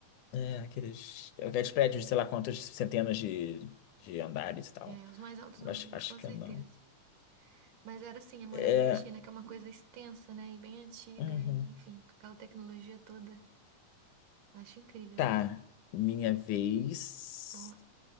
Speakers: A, on the left; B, on the right.
A: É, aqueles, aqueles prédios de sei lá quantas centenas de, de andares e tal.
B: É, os mais altos
A: Eu
B: do
A: Acho,
B: mundo,
A: acho
B: com
A: que
B: certeza.
A: não.
B: Mas era assim, a muralha
A: É.
B: da China, que é uma coisa extensa, né? E bem antiga,
A: uhum.
B: e, enfim, com aquela tecnologia toda. Acho incrível
A: Tá.
B: lá.
A: Minha vez.
B: Vamos lá.